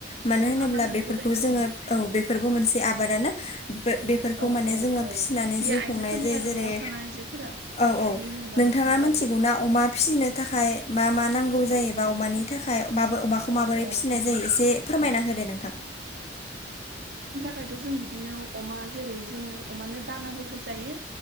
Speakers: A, on the left (about 35°); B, on the right (about 55°).
A: मानो
B: औ
A: होनोब्ला
B: आबादानो
A: बेफोरखौ
B: बुजायथार
A: जोंङो औ बेफोरबो मोनसे आबादानो। बेफोरखौ
B: औ
A: माने
B: औ
A: जोंङो
B: औ
A: फिसिनानै
B: बे
A: जिउ
B: आइजोफोरनि
A: खुंनाय जायो
B: आरो
A: जेरै
B: न'आव थानाय आइजोफोरा ओमफ्राय
A: औ औ।
B: माबानो
A: नोंथाङा
B: हायो
A: मिथिगौना
B: आरो
A: अमा फिसिनो थाखाय मा मा नांगौ
B: औ
A: जायोबा
B: औ
A: अमानि थाखाय। खौ
B: औ
A: माबोरै
B: औ
A: फिसिनाय
B: औ
A: जायो एसे फोरमायना
B: औ
A: होदो नोंथां।
B: फ्रायथ' जों बिदिनो अमा जेरै जोंङो अमानो दानाबो होजायो।